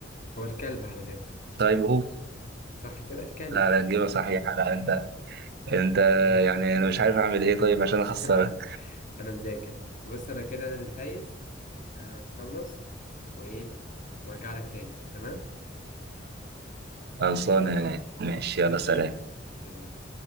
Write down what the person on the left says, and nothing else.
هو الكلب على فكرة
صح كده الكلب
يعني
<laughs> انا مذاكر بص انا كده انا اللي فايز هخلص وايه وارجع لك تاني تمام
ماشي
سلام